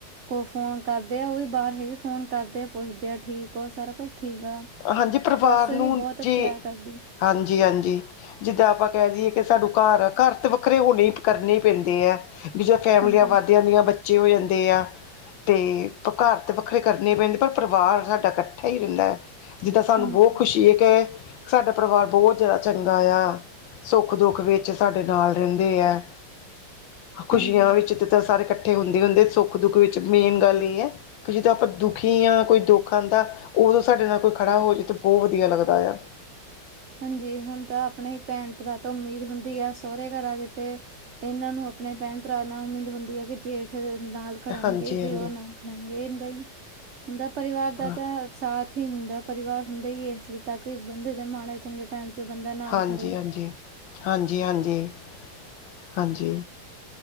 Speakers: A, on the right; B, on the left.
A: ਕੋ ਫੋਨ ਕਰਦੇ ਆ ਉਹ ਵੀ ਬਾਹਰ ਹੈਗੇ ਫੋਨ ਕਰਦੇ ਆ ਪੁੱਛਦੇ ਆ ਠੀਕ ਓ, ਸਾਰਾ ਕੁਛ ਠੀਕ ਆ।
B: ਹਾਂਜੀ ਪਰਿਵਾਰ
A: ਸੱਸ ਵੀ
B: ਨੂੰ
A: ਬੋਤ
B: ਜੀ
A: ਪਿਆਰ ਕਰਦੀ ਐ।
B: ਹਾਂਜੀ ਹਾਂਜੀ ਜਿੱਦਾਂ ਆਪਾਂ ਕਹਿ ਦੇਈਏ ਕਿ ਸਡੂੰ ਘਰ-ਘਰ ਵ ਵੱਖਰੇ ਹੋਣੇ ਕਰਨੇ ਈ ਪੈਂਦੇ ਐ, ਵੀ ਜਾਂ ਫੈਮਲੀਆਂ
A: ਹਾਂਜੀ।
B: ਵੱਧ ਦੀਆ ਨੀ ਆ ਬੱਚੇ ਹੋਏ ਹੁੰਦੇ ਆ। ਤੇ ਘਰ ਤਾਂ ਵੱਖਰੇ ਕਰਨੇ ਪੈਂਦੇ ਪਰ ਪਰਿਵਾਰ ਸਾਡਾ ਇਕੱਠਾ ਹੀ ਰਹਿੰਦਾ ਐ। ਜਿੱਦਾਂ ਸਾਨੂੰ
A: ਹਾਂਜੀ,
B: ਬਹੁਤ ਖੁਸ਼ੀ ਹੋਈ ਕੇ, ਸਾਡਾ ਪਰਿਵਾਰ ਬਹੁਤ ਜ਼ਿਆਦਾ ਚੰਗਾ ਆ। ਸੁੱਖ-ਦੁੱਖ ਵਿੱਚ ਸਾਡੇ ਨਾਲ ਰਹਿੰਦੇ ਐ, ਖ਼ੁਸ਼ੀਆਂ
A: ਹਾਂਜੀ।
B: ਵਿੱਚ ਤਾਂ ਸਾਰੇ ਇਕੱਠੇ ਹੁੰਦੇ-ਹੁੰਦੇ ਸੁੱਖ-ਦੁੱਖ ਵਿੱਚ ਮੇਨ ਗੱਲ ਏਹ ਐ ਕਿ ਜਦੋਂ ਆਪਾਂ ਦੁਖੀ ਹਾਂ ਕੋਈ ਦੁੱਖ ਆਦਾਂ ਉਦੋਂ ਸਾਡੇ ਨਾਲ ਕੋਈ ਖੜਾ ਹੋ, ਏ ਤੇ ਬੋਤ ਵਧੀਆ ਲੱਗਦਾ ਆ।
A: ਹਾਂਜੀ ਹੁਣ ਤਾਂ ਆਪਣੇ ਹੀ ਭੈਣ- ਭਰਾ ਤੋਂ ਉਮੀਦ ਹੁੰਦੀ ਆ ਸਹੁਰੇ ਘਰਾਂ ਆਗੇ ਤੇ ਇਹਨਾਂ ਨੂੰ ਆਪਣੇ ਭੈਣ-ਭਰਾ ਨਾਲ ਉਮੀਦ ਹੁੰਦੀ ਆ ਕਿ ਜੇਠ ਨਾਲ ਖੜਨਗੇ
B: ਹਾਂਜੀ
A: ਦਿਓ
B: ਹਾਂਜੀ
A: ਨਾ ਖੜਨਗੇ ਇਦਾ ਹੀ, ਹੁੰਦਾ ਪਰਿਵਾਰ ਦਾ
B: ਹਾਂ
A: ਤਾਂ ਸਾਥ ਇੱਥੇ ਹੀ ਹੁੰਦਾ ਪਰਿਵਾਰ ਹੁੰਦਾ ਹੀ ਇਸ ਲਈ ਤਾਂ ਕਿ ਬੰਦੇ ਦੇ ਮਾੜੇ ਚੰਗੇ ਟਾਈਮ ਚ ਬੰਦਾ ਨਾਲ
B: ਹਾਂਜੀ
A: ਖੜੇ,
B: ਹਾਂਜੀ, ਹਾਂਜੀ ਹਾਂਜੀ, ਹਾਂਜੀ।